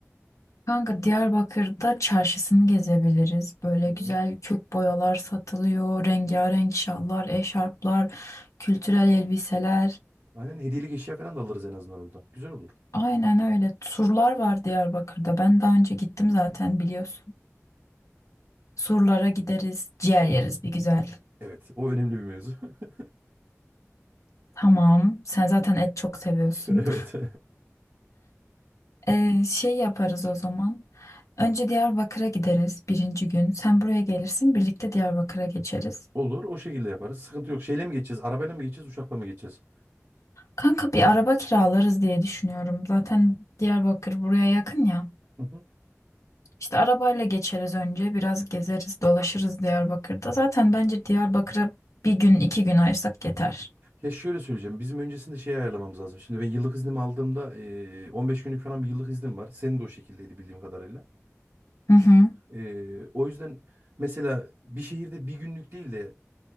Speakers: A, on the left; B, on the right.
A: Kanka Diyarbakır'da çarşısını gezebiliriz. Böyle
B: Hı hı.
A: güzel kök boyalar satılıyor. Rengarenk şallar, eşarplar, kültürel elbiseler.
B: Aynen hediyelik eşya falan da alırız en azından oradan. Güzel olur.
A: Aynen öyle. Turlar var Diyarbakır'da. Ben daha önce gittim zaten biliyorsun. Surlara gideriz, ciğer yeriz bir güzel.
B: Evet, o önemli bir mevzu. <laughs>
A: Tamam. Sen zaten et çok seviyorsun.
B: Evet.
A: Ee, şey yaparız o zaman. Önce Diyarbakır'a gideriz birinci gün. Sen buraya gelirsin, birlikte Diyarbakır'a geçeriz.
B: <laughs> Olur, o şekilde yaparız. Sıkıntı yok. Şeyle mi geçeceğiz? Arabayla mı geçeceğiz, uçakla mı geçeceğiz?
A: Kanka bir araba kiralarız diye düşünüyorum. Zaten Diyarbakır buraya yakın ya.
B: Hı hı.
A: İşte arabayla geçeriz önce, biraz gezeriz, dolaşırız Diyarbakır'da. Zaten bence Diyarbakır'a bir gün, iki gün ayırsak yeter.
B: Ya şöyle söyleyeceğim. Bizim öncesinde şey ayarlamamız lazım. Şimdi ben yıllık iznimi aldığımda eee, 15 günlük falan bir yıllık iznim var. Senin de o şekildeydi bildiğim kadarıyla.
A: Hı hı.
B: Eee, o yüzden mesela bir şehirde bir günlük değil de